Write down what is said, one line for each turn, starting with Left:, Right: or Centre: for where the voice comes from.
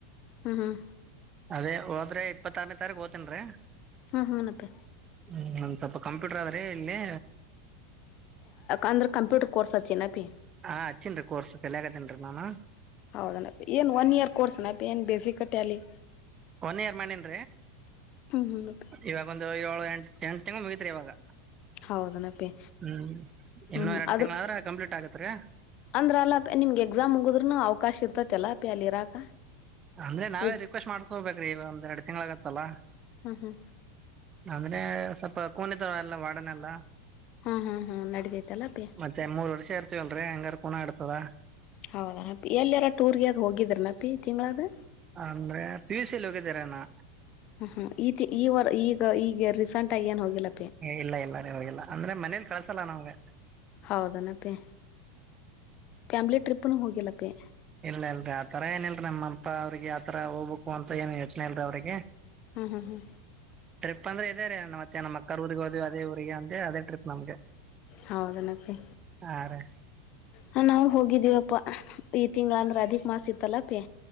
Left: ಹ್ಮ್ ಹ್ಮ್
Right: ಅದೇ ಹೋದ್ರೆ ಇಪ್ಪತ್ತಾರನೇ ತಾರೀಕುಓ್ತನ್ ರೀ
Left: ಹಾ ಹನತ್ತೆ
Right: ಹ್ಮ್ ಒಂದ್ ಸ್ವಲ್ಪ ಕಂಪ್ಯೂಟರ್ ಆದ್ರೆ ಇಲ್ಲಿ
Left: ಅಂದ್ರೆ ಕಂಪ್ಯೂಟರ್ ಕೋರ್ಸ್ ಹಚ್ಚಿನಪಿ
Right: ಹಾ ಹಚ್ಚೇನ್ರಿ ಕೋರ್ಸ ಕಲ್ಗತೇನ್ರಿ ನಾನು
Left: ಹೌದಣ್ಣಪ್ಪ ಏನ್ ಒನ್ ಇಯರ್ ಕೋರ್ಸ್ ಅನಪ್ಪ ಏನ್ ಬೇಸಿ ಕಟ್ಟೆ ಅಲ್ಲಿ
Right: ಒನ್ ಇಯರ್ ಮನನ್
Left: ಹ್ಮ್ ಹ್ಮ್
Right: ಇವಾಗ ಒಂದು ಏಳು ಎಂಟ ಎಂಟ ಮುಗತ್ ಇವಾಗ
Left: ಹೌದನಪಿ
Right: ಹ್ಮ್ ಇನ್ನೂ
Left: ಹ್ಮ್ ಹ್ಮ್
Right: ಎರಡು
Left: ಅದು
Right: ತಿಂಗಳ ಆದ್ರೆ ಕಂಪ್ಲೀಟ್ ಆಗುತ್ತೆ ಅತ್ರ
Left: ಅಂದ್ರ ಅಲ್ಲ ನಿಮ್ಗೆ ಎಕ್ಸಾಮ್ ಮುಗುದ್ನು ಅವಕಾಶ ಇರ್ತತಿ ಅಲ್ಲ ಅ ಪಿ ಅಲ್ಲಿ ಇರಾಕ
Right: ಅಂದ್ರೆ ನಾವೇ
Left: ರಿಜ
Right: ರಿಕ್ವೆಸ್ಟ್ ಮಾಡ್ಕೋಬೇಕ್ರೀ ಈ ಒಂದ್ ಎರಡ್ ತಿಂಗಳ ಆಗತ್ತಲ್ಲ
Left: ಹಾ ಹಾ
Right: ಅಂದ್ರೆ ಸ್ವಲ್ಪ ಕೋನೆತ ಎಲ್ಲ ವಾಡನೆಲ್ಲ
Left: ಹಾ ಹಾ ಹಾ ನಡಿತೈತಲ್ಲ ಪಿ
Right: ಮತ್ತೆ ಮೂರಡೆ ಸೇರ್ತವಲ್ರರಿ ಹಂಗಾರ ಕೂನ ಆಡ್ತದ
Left: ಹೌದಾನಿ ಎಲ್ಲಾರ ಟೂರ್ಗೆ ಅದ್ ಹೋಗಿದ್ರನಪ್ಪಿ ತಿಂಗಳದು
Right: ಅಂದ್ರೆ ಪಿ ಯು ಸಿಲ್ಲಿ ಹೋಗಿದ್ದೀರನಾ
Left: ಹ ಹ್ಮ ಈ ಈ ವ ಈಗ ಈಗ ರೀಸೆಂಟ್ ಆಗಿ ಏನ್ ಹೋಗಿಲ್ಲ
Right: ಇಲ್ಲ ಇಲ್ಲ ರ ಹೋಗಿಲ್ಲ ಅಂದ್ರೆ ಮನೇಲಿ ಕಳ್ಸಲ್ಲ ನಾವ್ಗೆ
Left: ಹೌದನಪ್ಪೇ ಫ್ಯಾಮಿಲಿ ಟ್ರಿಪ್ನು ಹೋಗಿಲ್ಲಪ್ಪೇ
Right: ಇಲ್ಲ ಇಲ್ರರಿ ಆತರ ಏನಲ್ರರಿ ನಮ್ಮಪ್ಪ ಅವ್ರಿಗೆ ಆತರ ಹೋಗ್ಬೇಕು ಅಂತ ಏನ್ ಯೋಚನೆ ಇಲ್ರರಿ ಅವ್ರಿಗೆ
Left: ಹಾ ಹಾ ಹಾ
Right: ಟ್ರಿಪ್ ಅಂದ್ರೆ ಇದೇ ರ ನಮ್ಮತ್ತ ಸಏನ ಮಕ್ಕರ್ ಊರಿಗೆ ಹೋದ್ ಅದೇ ಊರಿಗೆ ಅದೇ ಟ್ರಿಪ್ ನಮ್ಗೆ
Left: ಹೌದನತ್ತೆ
Right: ಹಾ ರೀ
Left: ಹ ನಾವು ಹೋಗಿದ್ದಿವವಪ್ಪ ಈ ತಿಂಗಳ ಅಂದ್ರೆ ಅದಿಕ್ ಮಾಸ ಇತ್ತಲ್ಲಪೇ